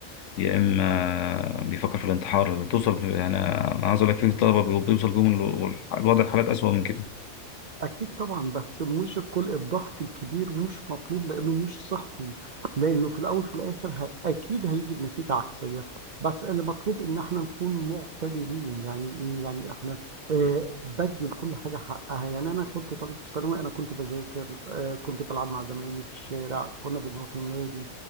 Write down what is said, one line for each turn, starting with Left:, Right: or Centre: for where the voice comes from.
Left: يا إما بيفكر في الانتحار توصل يعني أنا عايز أقول لك في طلبة بي- بيوصل بيهم ال- الوضع الحالات أسوأ من كده
Right: أكيد طبعا بس مش الكل الضغط الكبير مش مطلوب لأنه مش صحي لأنه في الأول في الآخر ه- أكيد هيجي بنتيجة عكسية بس اللي مطلوب إن إحنا نكون معتدلين يعني إيه يعني إحنا آه بدي لكل حاجة حقها يعني أنا كنت طالب في ثانوي أنا كنت بذاكر آه كنت بلعب مع زمايلي في الشارع كنا بنروح النادي